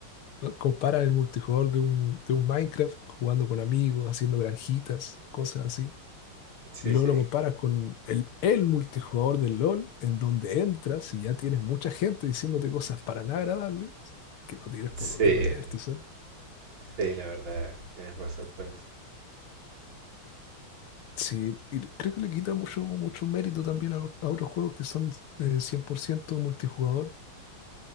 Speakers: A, on the left; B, on the right.
A: ¿no? Compara el multijugador de un, de un Minecraft jugando con amigos, haciendo granjitas, cosas así,
B: Sí,
A: Y luego
B: sí,
A: lo comparas con el, el multijugador del LOL, en donde entras y ya tienes mucha gente diciéndote cosas para nada agradables, que no tienes
B: sí,
A: por dónde perderte, ¿sabes?
B: sí, la verdad, tienes razón con eso.
A: Sí, y creo que le quita mucho, mucho mérito también a, a otros juegos que son eh, 100% multijugador,